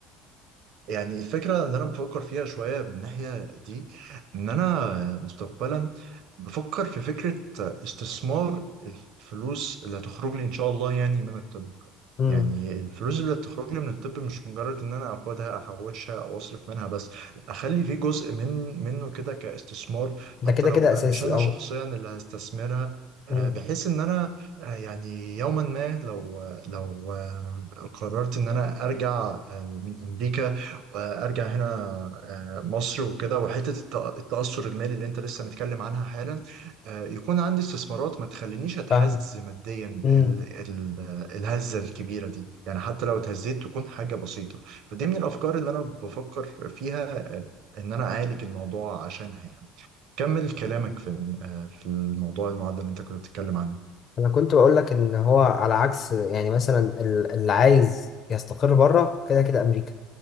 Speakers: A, on the right; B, on the left.
A: يعني الفكرة اللي أنا بفكر فيها شوية من الناحية دي إن أنا مستقبلا بفكر في فكرة استثمار الفلوس اللي هتخرج لي إن شاء الله يعني من الطب
B: امم
A: يعني الفلوس اللي تخرج لي من الطب مش مجرد ان انا اخدها احوشها او اصرف منها بس اخلي فيه جزء من منه كده كاستثمار
B: ده
A: حتى
B: كده
A: لو
B: كده اساسي
A: مش انا
B: اه
A: شخصيا اللي هستثمرها آه،
B: امم
A: بحيث ان انا آه، يعني يوما ما لو لو آه، قررت ان انا ارجع آه، من امريكا وارجع هنا آه، مصر وكده وحته الت- التاثر المالي اللي انت لسه متكلم عنها حالا آه، يكون عندي استثمارات ما تخلينيش اتهز
B: فاهم
A: ماديا
B: امم
A: الهزة الكبيرة دي يعني حتى لو اتهزيت تكون حاجة بسيطة فدي من الأفكار اللي أنا بفكر فيها آه، إن أنا أعالج الموضوع عشانها يعني كمل كلامك في الم- آه، في الموضوع المعدل اللي أنت كنت بتتكلم عنه
B: انا كنت بقول لك ان هو على عكس يعني مثلا ال- اللي عايز يستقر بره كده كده امريكا